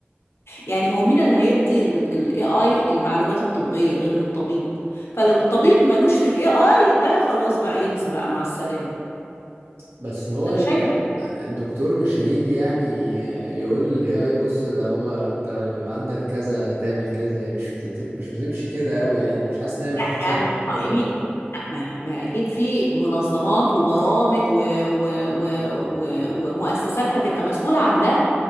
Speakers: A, on the left; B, on the right.
A: يعني هو مين اللي هيدي ال ال AI المعلومات الطبية غير الطبيب فلو الطبيب ملوش في ال AI ده خلاص بقى ينسى بقى مع السلامة
B: <laughs> بس هو
A: انا
B: ال-
A: شايفه إن
B: الدكتور مش هيجي يعني يقول للاي اي بص ده هو انت لما يبقى عندك كذا تعمل كذا هي مش بتت... مش بتمشي كده قوي يعني مش حاسس ان هي محتاجة
A: لا يعني
B: دكتور
A: القائمين
B: اصلا
A: لا ما, ما اكيد في منظمات وبرامج و... و... و... و... ومؤسسات هتبقى مسؤوله عن ده